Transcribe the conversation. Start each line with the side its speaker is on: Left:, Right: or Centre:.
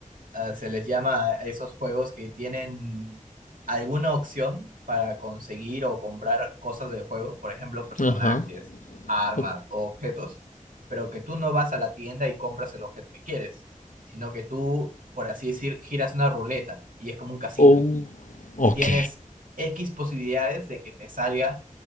Right: ah, se les llama a esos juegos que tienen alguna opción para conseguir o comprar cosas del juego, por ejemplo, personajes,
Left: Ajá.
Right: armas
Left: O-
Right: o objetos, pero que tú no vas a la tienda y compras el objeto que quieres, sino que tú, por así decir, giras una ruleta y es como un casino
Left: oh, Ok.
Right: y tienes X posibilidades de que te salga